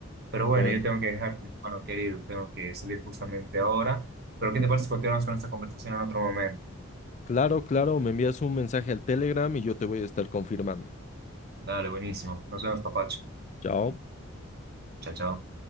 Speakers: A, on the right; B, on the left.
A: Pero
B: bueno,
A: bueno, yo tengo que dejarte, mi hermano querido, tengo que salir justamente ahora. Pero ¿qué te parece si continuamos con esta conversación en otro momento?
B: claro, claro, me envías un mensaje al Telegram y yo te voy a estar confirmando.
A: Dale, buenísimo. Nos vemos, papacho.
B: Chao.
A: Chao, chao.